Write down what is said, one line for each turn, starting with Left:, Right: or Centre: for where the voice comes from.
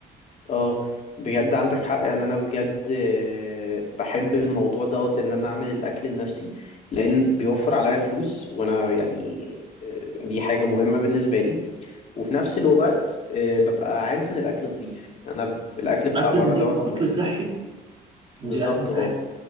Left: اه بجد عندك حق يعني انا بجد آه، بحب الموضوع دوت ان انا اعمل الاكل لنفسي لان بيوفر عليا فلوس وانا يعني آه، دي حاجة مهمة بالنسبة لي وفي نفس الوقت آه، ببقى عارف ان الاكل نضيف انا ب- الاكل بتاع
Right: اكل
Left: بره
Right: نضيف
Left: دوت
Right: واكل
Left: ما-
Right: صحي دي
Left: بالظبط
Right: أهم حاجة
Left: اه